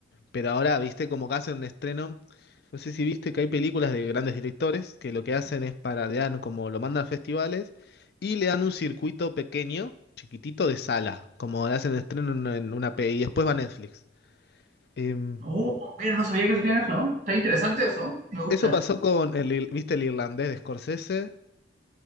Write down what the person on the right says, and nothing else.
Oh, mira, no sabía que sabían eso, ¿no? Está interesante eso, me gusta.